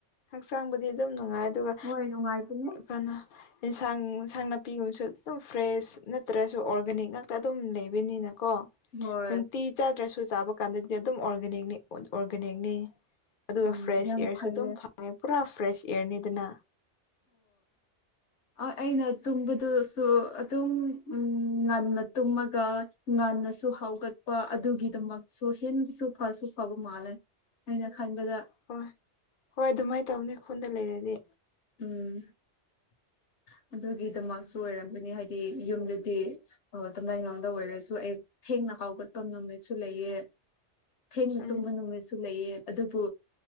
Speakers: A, on the left (about 55°); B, on the left (about 75°).
A: ꯍꯛꯆꯥꯡꯕꯨꯗꯤ ꯑꯗꯨ ꯅꯨꯡꯉꯥꯏ ꯑꯗꯨꯒ
B: ꯍꯣꯏ ꯅꯨꯡꯉꯥꯏꯕꯅꯦ
A: ꯀꯩꯅ ꯌꯦꯟꯁꯥꯡ ꯏꯟꯁꯥꯡ ꯅꯥꯄꯤꯒꯨꯝꯕꯁꯨ ꯑꯗꯨꯝ ꯐ꯭ꯔꯦꯁ ꯅꯠꯇ꯭ꯔꯁꯨ ꯑꯣꯔꯒꯥꯅꯤꯛ ꯉꯥꯛꯇ ꯑꯗꯨꯝ ꯂꯩꯕꯅꯤꯅ ꯀꯣ
B: ꯍꯣꯏ
A: ꯅꯨꯡꯇꯤ ꯆꯥꯗ꯭ꯔꯁꯨ ꯆꯥꯕ ꯀꯥꯟꯗꯗꯤ ꯑꯗꯨꯝ ꯑꯣꯔꯒꯥꯅꯤꯅꯤ ꯑꯣꯔꯒꯥꯅꯤꯛꯅꯤ ꯑꯗꯨꯒ
B: ꯎꯝ
A: ꯐ꯭ꯔꯦꯁ
B: ꯌꯥꯝ
A: ꯏꯌꯔꯁꯨ
B: ꯐꯩꯌꯦ
A: ꯑꯗꯨꯝ ꯐꯪꯉꯦ ꯄꯨꯔꯥ ꯐ꯭ꯔꯦꯁ ꯏꯌꯔꯅꯤꯗꯅ
B: ꯍ ꯑꯩꯅ ꯇꯨꯝꯕꯗꯨꯁꯨ ꯑꯗꯨꯝ ꯉꯟꯅ ꯇꯨꯝꯃꯒ ꯍꯅꯁꯨ ꯍꯥꯎꯒꯠꯄ ꯑꯗꯨꯒꯤꯗꯃꯛꯁꯨ ꯍꯦꯁꯨ ꯐꯁꯨ ꯐꯕ ꯃꯥꯜꯂꯦ ꯑꯩꯅ ꯈꯟꯕꯗ
A: ꯍꯣꯏ ꯍꯣꯏ ꯑꯗꯨꯃꯥꯏꯅ ꯇꯧꯅꯤ ꯈꯣꯟꯗ ꯂꯩꯔꯗꯤ
B: ꯎꯝ ꯑꯗꯨꯒꯤꯗꯃꯛꯁꯨ ꯑꯣꯏꯔꯝꯒꯅꯤ ꯍꯥꯏꯗꯤ ꯌꯨꯝꯗꯗꯤ ꯇꯝꯂꯂꯥꯡꯗ ꯑꯣꯏꯔꯒ ꯁꯨ ꯑꯦ ꯊꯦꯡꯅ ꯍꯥꯎꯒꯠꯄ ꯅꯨꯃꯤꯠꯁꯨ ꯂꯩꯑ ꯊꯦꯡꯅ
A: ꯎꯝ
B: ꯇꯨꯝꯕ ꯅꯨꯃꯤꯠꯁꯨ ꯂꯩꯑ ꯑꯗꯨꯕꯨ